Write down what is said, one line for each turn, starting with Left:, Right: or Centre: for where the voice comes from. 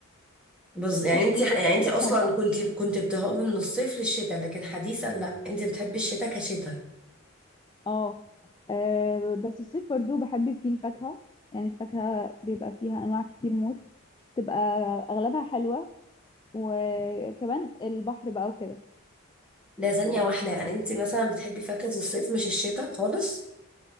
Centre: بص يعني
Left: بس الصيف
Centre: انت يعني
Left: في حاجات
Centre: انت اصلا
Left: حلوه
Centre: كنت كنت بتهربي من الصيف للشتاء لكن حديثا لا انت بتحبي الشتاء كشتاء
Left: اه آه، بس الصيف برضو بحب فيه الفاكهه يعني الفاكهه بيبقى فيها انواع كتير موت تبقى اغلبها حلوه وكمان البحر بقى وكده
Centre: ده ثانيه واحده يعني انت مثلا بتحبي فاكهه الصيف مش الشتاء خالص